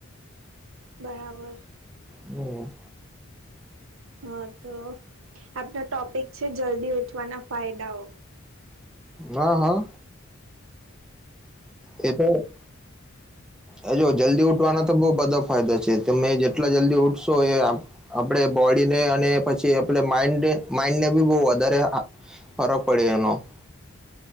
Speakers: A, on the right; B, in the centre.
A: બરાબર
B: હમ
A: હા તો આપનો ટોપિક છે જલ્દી ઉઠવાના ફાયદાઓ
B: હા હા એ તો હ જો જલ્દી ઉઠવાના તો બહ બધા ફાયદા છે તમે જેટલા જલ્દી ઉઠશો એ આપણે બોડીને અને પછી આપ માઇન્ડને બી બહુ વધારે ફરક પડે એનો